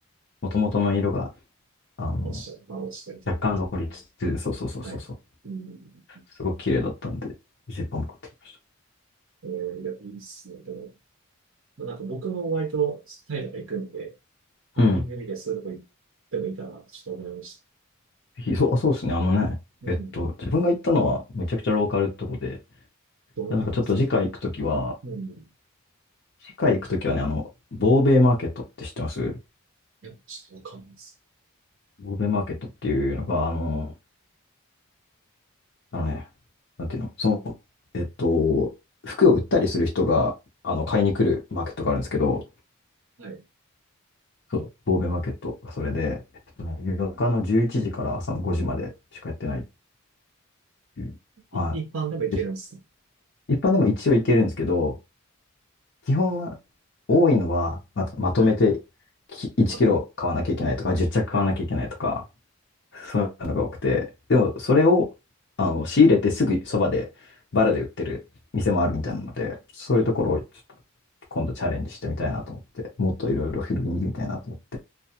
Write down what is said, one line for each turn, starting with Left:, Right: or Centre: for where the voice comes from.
Left: もともとの色が、あの、
Right: 落ちちゃう。まあ、落ちたりというか。
Left: 若干残りつつ、そうそうそうそうそう。
Right: はい。うん。
Left: すごく綺麗だったんで、ジーパンも買ってきまし
Right: えー、いや、いいっすね。でも、まあ、なんか僕も割とタイとか行くんで、タイミング見てそういうとこ行ってもいいかなってちょっと思いました。
Left: た。うん。ぜひそう、そうですね。あのね、
Right: うん。
Left: えっと、自分が行ったのはめちゃくちゃローカルってとこで、
Right: どの辺ですかね。
Left: でなんかちょっと次回行くときは、
Right: うん。い
Left: 次回行くときはね、あの、ボーベイマーケットって知ってます
Right: や、ちょっとわかんないです。
Left: ボーベイマーケットっていうのが、あの、あのね、なんていうの、その、えっと、服を売ったりする人が、あの、買いに来るマーケットがあるんですけど、
Right: はい。
Left: そう、ボーベイマーケットがそれで、えっとね、夜中の11時から朝の5時までしかやってないっていう、は
Right: い、一般でも行けるんですね。
Left: い。一般でも一応いけるんですけど、基本は多いのはまと、まとめてき1キロ買わなきゃいけないとか、
Right: はい。あ、
Left: 10着買わなきゃいけないとか、そういうのが多くて、でもそれをあの仕入れてすぐそばでバラで売ってる店もあるみたいなので、そういうところをちょっと今度チャレンジしてみたいなと思って、
Right: うん、
Left: もっといろいろ広げてみたいなと思って、